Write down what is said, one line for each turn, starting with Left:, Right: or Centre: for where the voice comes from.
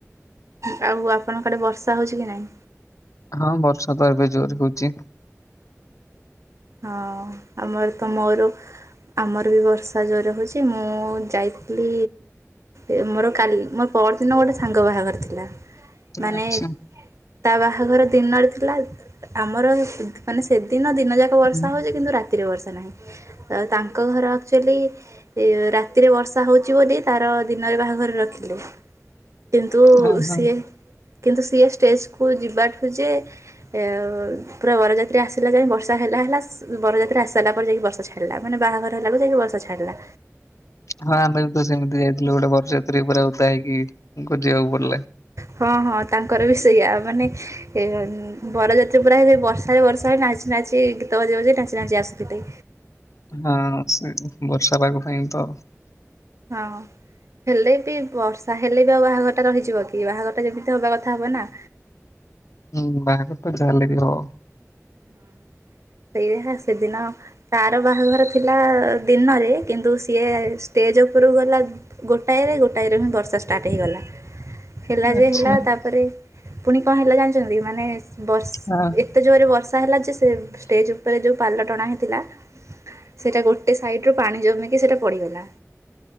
Right: ହୁଁ, ଆଉ ଆପଣଙ୍କ ଆଡେ ବର୍ଷା ହଉଛି କି ନାହିଁ?
Left: ହଁ ବର୍ଷା ତ ଏବେ ଜୋର ହଉଚି।
Right: ହଁ ଆମର ତ ମୋର ଆମର ବି ବର୍ଷା ଜୋର ହଉଛି ମୁଁ ଯାଇଥିଲି ଏ ମୋର କାଲ ମୋର ପରଦିନ ଗୋଟେ ସାଙ୍ଗ ବାହାଘର ଥିଲା। ମାନେ
Left: ଆଚ୍ଛା
Right: ତା ବାହାଘର ଦିନରେ ଥିଲା। ଆମର ଦ-ମାନେ ସେଦିନ ଦିନ ଯାକ ବର୍ଷା
Left: ହୁଁ,
Right: ହଉଚି। କିନ୍ତୁ ରା ତିର ବର୍ଷା ନାହିଁ। ତ ତାଙ୍କ ଘର ଆକ୍ଚୁଲି ଏ ରାତିରେ ବର୍ଷା ହଉଚୁ ବୋଲି ତାର ଦିନରେ ବାହାଘର ରଖିଲେ। କିନ୍ତୁ
Left: ହଁ ହଁ
Right: ସିଏ କିନ୍ତୁ ସିଏ ଷ୍ଟେଜକୁୁ ଯିବାଠୁ ଯେ ଏ ଅ, ପୁରା ବରଯାତ୍ରୀ ଆସିଲା ଯାଏ ବର୍ଷା ଷା ହେଲା ହେଲା ଉଁ, ବରଯାତ୍ରୀ ଆସି ସାଇଲା ପରେ ଯାଇକି ବର୍ଷା ଛାଡ଼ିଲା। ମାନେ ବାହାଘର ହେଲାବେଳୁ ଯାଇ ଯୋଉ ବର୍ଷା ଛାଡ଼ିଲା।
Left: ହଁ ଆମେ ବି ତ ସେମିତି ଯାଇଥିଲୁ ଗୋଟେ ବରଯାତ୍ରୀ ପୁରା ଉଦା ହେଇକି ଖୋଜିବାକୁ ପଡିଲା।
Right: ହଁ ହଁ ତାଙ୍କର ବି ସେଇଆ ମାନେ ଏ ଉଁ, ବରଯାତ୍ରୀ ପୁରା ହେ ସେ ବର୍ଷାରେ ବର୍ଷା ରେ ନାଚି ନାଚି ଗୀତ ବଜେଇ ବଜେଇ ନାଚି ନାଚି ଆସୁଥିଲେ।
Left: ହଁ ସେ ବର୍ଷା ପାାଗ ପାଇଁ ତ
Right: ହଁ ହେଲେ ବି ବର୍ଷା ହେଲେ ବି ଆଉ ବାହାଘର ଟା ରହିଯିବ କି ବାହାଘର ଟା ଯେମିତି ହବା କଥା ହବ ନା।
Left: ହୁଁ ବାହାଘର ତ ଯାହେଲେ ବି ହବ।
Right: ହୁଁ। ସିଏ ହେ ସେଦିନ ତାର ବାହାଘର ଥିଲା ଦିନରେ କିନ୍ତୁ ସିଏ ଷ୍ଟେଜ୍ ଉପରକୁ ଗଲା ଗୋଟାଏରେ ଗୋଟାଏରୁ ହିଁ ବର୍ଷା ଷ୍ଟାର୍ଟ ହେଇଗଲା। ହେଲା
Left: ଆଚ୍ଛା
Right: ଯେ ହେଲା ତାପରେ ପୁଣି କଣ ହେଲା ଜାଣିଚନ୍ତି ମାନେ ବର୍ଷ
Left: ହଁ
Right: ଏ ଏତେ ଜୋରେ ବର୍ଷା ହେଲା ଯେ ସେ ଟେଜ୍ ଉପରେ ଯୋଉ ପାଲ ଟଣା ହେଇଥିଲା ସେଇଟା ଗୋଟେ ସାଇଡ୍ ରୁ ପାଣି ଜମିକି ସେଇଟା ପଡ଼ିଗଲା।